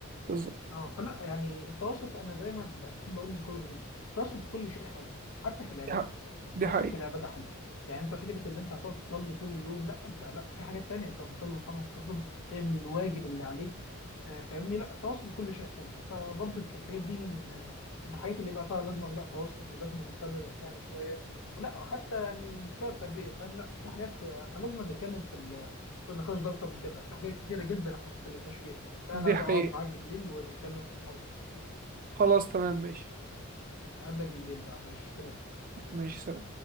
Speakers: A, on the right (about 40°); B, on the left (about 80°).
A: بالظبط
B: اه فلا يعني التوسط انا زي ما بحب اقول من كل ده جدا التوسط في كل شيء حلو حتى في العباده
A: دي حق- دي
B: التوسط
A: حقيقة
B: في العباده حلو يعني انت فكره ان انت هتقعد تصلي طول اليوم لا انت لا في حاجات تانية انت بتصلي الخمس ركعات تعمل الواجب اللي عليك آه، فاهمني لا التوسط في كل شيء حلو فبرضك الحاجات دي من آه، من الحاجات اللي يبقى فيها لازم لا توسط ولازم نهتم بابنائنا شويه ولا حتى يعني مستوى التربيه فاهم لا في حاجات آه، لازم نتكلم في ال- في النقاش ده اكتر من كده في حاجات كتيره جدا احنا ما اتكلمناش فيها لا
A: دي
B: انا بقعد
A: حقيقة
B: معاك بالليل ونتكلم في الحوار ده
A: خلاص تمام ماشي
B: اقابلك بالليل بقى ماشي سلام
A: ماشي سلام